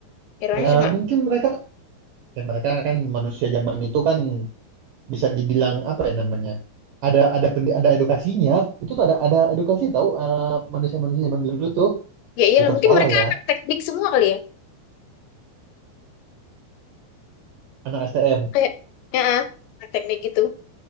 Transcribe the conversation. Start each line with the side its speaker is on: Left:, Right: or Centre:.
Left: Errornya
Right: ya
Left: cuma,
Right: mungkin mereka ya mereka kan manusia zaman itu kan bisa dibilang apa ya namanya ada ada pendi- ada edukasinya itu tuh ada ada edukasi tahu eh, manusia-manusia zaman dulu tuh
Left: ya iyalah
Right: bukan
Left: mungkin
Right: sekolah
Left: mereka
Right: ya
Left: anak teknik semua kali ya.
Right: anak STM
Left: Kayak, ya, anak teknik gitu.